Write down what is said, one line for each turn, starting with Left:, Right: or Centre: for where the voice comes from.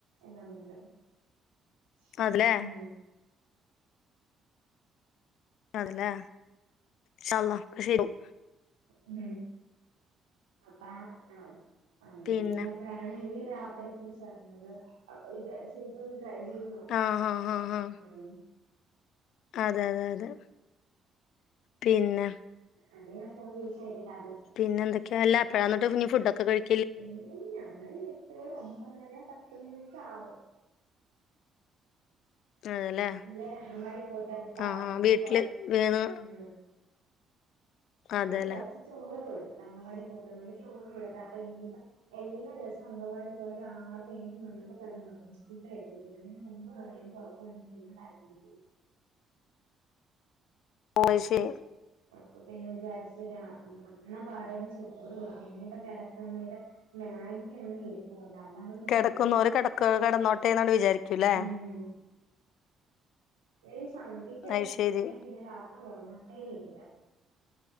Right: എല്ലാംണ്ട് ഹം
Left: അതല്ലേ അതല്ലേ ഇൻഷാ അള്ളാ ഒക്കെ ശെരി ആകും
Right: ഉ അപ്പ ആ അങ്ങന
Left: പിന്നെ
Right: ഞൻ ഈ ആപ്പിനെ കുറിച്ച്റിഞ്ഞത് അപ്പൊ വിചാരിച്ചട്ടന്ന് ട്രൈ ചെയ്യുന്നു
Left: ആഹ് ആഹ് ആഹ് ആഹ്
Right: ഉം
Left: അതെ അതെ അതെ പിന്നെ
Right: അങ്ങനെ ഫോൺ വിച്ചട്ടില്ല അത
Left: പിന്നെന്തക്കെയ അപ്പഴന്നിട്ട് ഫുഡൊക്കെ കഴും
Right: എ ഞങ്ങാന് എട്ട് ഒമ്പതര പത്ത് മണിക്ക ആവും
Left: അതേല്ലേ
Right: ഉള്ളെ ഹഗമാ പോയിട്ടന്നപ്പ
Left: ആഹ്
Right: അവർക്ക്
Left: ആഹ് വീട്ടില്
Right: കോ
Left: വീണ്
Right: ഉം അവിക്ക്
Left: അതെല്ലേ
Right: കുറച്ച് ചോറ് കൊടുത്ത അങ്ങാടി പോയിട്ടന്നണ്ട് ചോറ് കൊടുത്ത അപ്പൊ ഇീട്ട എല്ലാ ദിവസവും അംഗവാടി പോയ ഒരു ആറ് ഏഴ് മുന്നപ്പോ കിറന്ന ഫുഡ് കഴ ദിനവിന് മുമ്പ് പറയുമ്പോൾ ഉറക്ക വേണ്ടിട്ടിര കാര്യം ചെയ്യാം
Left: പോ ശേ
Right: പ്പൊ പിന്നെ വിചാരിച്ചരാ എ എന്നാ പാടെ ചൂട് കൊടു ഇനിപ്പോ കിടക്കന്നത് മാഗ ഒ
Left: കിടക്കുന്നോര് കിടക്ക കിടന്നോട്ടെ എന്നാണ് വിചാരിക്കൂല്ലേ
Right: ഇ <unintelligible> <inaudible> ഇ സന്ത്യക്ക് കിടന്ന്
Left: അത് ശരി
Right: ഉറങ്ങിയാ പിന്നെ രാത്രി ഉറങ്ങട്ടേ ഇരില്ല